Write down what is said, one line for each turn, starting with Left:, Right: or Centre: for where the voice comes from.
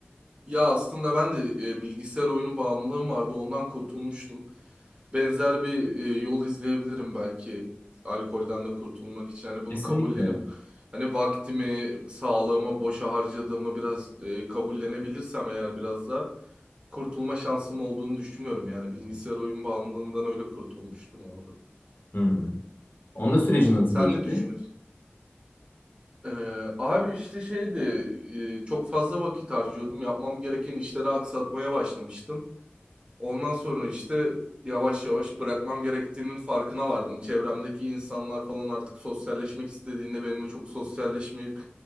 Right: ya aslında ben de e, bilgisayar oyunu bağımlılığım vardı. Ondan kurtulmuştum. benzer bir e, yol izleyebilirim belki alkolden de kurtulmak için. Hani bunu
Left: Kesinlikle.
Right: kabullenip hani vaktimi, sağlığımı boşa harcadığımı biraz e, kabullenebilirsem eğer biraz da kurtulma şansım olduğunu düşünüyorum. Yani bilgisayar oyun bağımlılığından öyle kurtulmuştum abi.
Left: Hı-hı. Onda sürecin nasıl
Right: Sen
Left: geçti?
Right: ne düşünüyorsun? Ee, abi işte şeydi e, çok fazla vakit harcıyordum. Yapmam gereken işleri aksatmaya başlamıştım. Ondan sonra işte yavaş yavaş bırakmam gerektiğinin farkına vardım. Çevremdeki insanlar falan artık sosyalleşmek istediğinde benimle çok sosyalleşmeyip